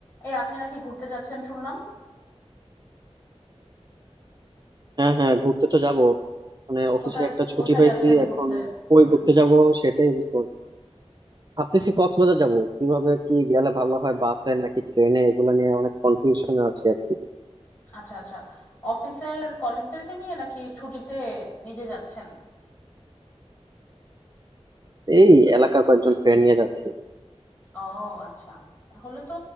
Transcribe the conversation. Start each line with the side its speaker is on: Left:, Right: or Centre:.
Left: এই আপনি নাকি ঘুরতে যাচ্ছেন শুনলাম
Right: হ্যাঁ হ্যাঁ ঘুরতে তো যাব মানে অফিসে
Left: কোথায়
Right: একটা ছুটি
Left: কোথায়
Right: পাইছি
Left: যাচ্ছেন ঘুরতে
Right: এখন কই
Left: হুম
Right: ঘুরতে যাব সেটাই বুঝতে পারছি না। ভাবতেছি কক্সবাজার যাব কিভাবে কি গেলে ভালো হয় বাসে নাকি ট্রেনে এগুলো নিয়ে অনেক কনফিউশন আছে আর কি
Left: আচ্ছা আচ্ছা অফিসের কলিগদেরকে নিয়ে নাকি ছুটিতে নিজে যাচ্ছেন
Right: এই এলাকার কয়েকজন ফ্রেন্ড নিয়ে যাচ্ছি
Left: ও আচ্ছা তাহলে তো